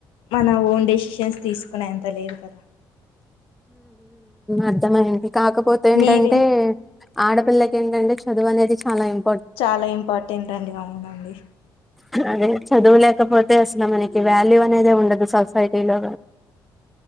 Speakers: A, on the left (about 85°); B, in the centre.
A: మన ఓన్ డెసిషన్స్ తీసుకునే ఎంత లేదు కదా
B: అర్థమైంది కాకపోతే ఏంటంటే
A: మీరే
B: ఆడపిల్లకి ఏంటే చదువు అనేది చాలా ఇం
A: చాలా ఇంపార్టెంట్ అండి అవునండి
B: అదే చదువులేకపోతే అసలు మనకి వాల్యూ అనేది ఉండదు సొసైటీ లో